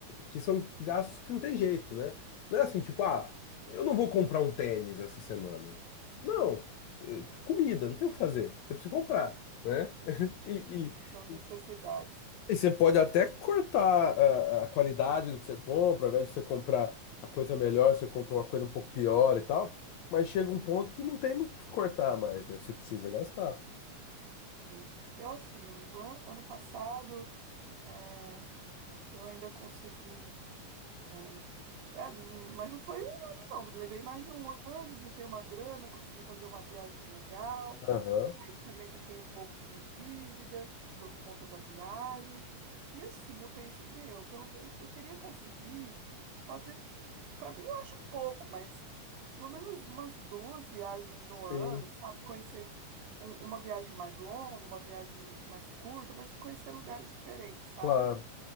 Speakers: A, on the left; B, on the right.
A: que são gastos que não tem jeito, né? Não é assim, tipo, ah, eu não vou comprar um tênis essa semana. Não eh, comida, não tem o que fazer. Você precisa comprar, né?
B: Eles,
A: <laughs> E,
B: é, São necessidades,
A: e, e- e você pode até cortar a, a qualidade do que você compra, ao invés de você comprar a coisa melhor, você compra uma coisa um pouco pior e tal. Mas chega um ponto que não tem no que cortar mais, né? Você precisa gastar.
B: sim. Eu, assim, amigo, an- ano passado, eh, eu ainda consegui, eh, é, não- mas não foi um ano, não. Levei mais de um ano, juntei uma grana, consegui fazer uma viagem legal,
A: Aham,
B: Aí também fiquei um pouco com dívida por conta da viagem. E assim, eu penso, meu, pelo, eu, eu queria conseguir fazer. Para mim, eu acho pouco, mas pelo menos umas duas viagens no
A: sim,
B: ano, sabe? Conhecer um- uma viagem mais longa, uma viagem mais curta, mas conhecer lugares diferentes, sabe?
A: claro.